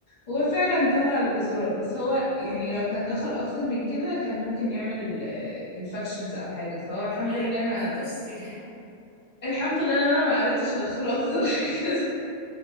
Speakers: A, on the left; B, on the right.
A: هو فعلا طلع الزرار بس هو يعني لو كان دخل اكتر من كده كان ممكن يعمل انفكشنز او حاجة فهو
B: كان
A: الحمد
B: زمانك
A: لله انا
B: فطستي <laughs>
A: الحمد لله ان انا ما عرفتش ادخله اكتر <laughs> من كده